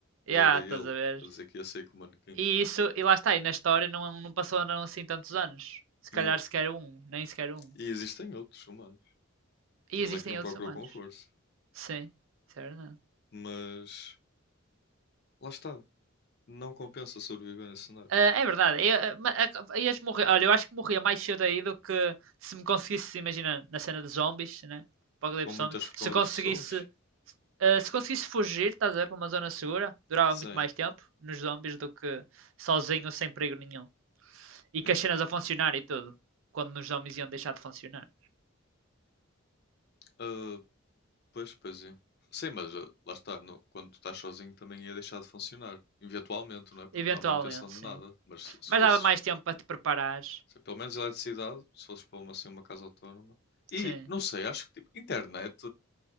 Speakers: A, on the right (about 70°); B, on the left (about 50°).
A: Yeah,
B: eu era ele
A: estás a ver?
B: a dizer que ia sair com o manequim.
A: E isso, e lá está, e na história não, não passou não, assim tantos anos. Se calhar
B: Yeah.
A: sequer um, nem sequer um.
B: E existem outros humanos.
A: E
B: Ele
A: existem
B: é que não
A: outros
B: procurou
A: humanos.
B: com força.
A: Sim, isso é verdade.
B: Mas lá está. Não compensa sobreviver nesse cenário.
A: Ah, é verdade. Eu, ah, ma- a- ias morrer. Olha, eu acho que morria mais cedo aí do que se me conseguisse, imagina, na cena de zombies, né? Apocalipse
B: Com muitas,
A: zombie.
B: com
A: Se
B: outras
A: conseguisse,
B: pessoas.
A: ah, se conseguisse fugir, estás a ver, para uma zona segura, durava
B: Sim.
A: muito mais tempo nos zombies do que sozinho, sem perigo nenhum. E que
B: yeah.
A: as cenas a funcionar e tudo. Quando nos zombies iam deixar de funcionar.
B: Ah, Pois, pois é. Sim, mas eh, lá está, no- quando tu estás sozinho também ia deixar de funcionar. Eventualmente, não é? Porque
A: Eventualmente,
B: não há manutenção de
A: sim.
B: nada. Mas se, se
A: Mas
B: fosses,
A: dava mais tempo para te preparares.
B: se pelo menos eletricidade, se fosses para uma, assim, uma casa autónoma. E,
A: Sim.
B: não sei, acho que tipo, internet.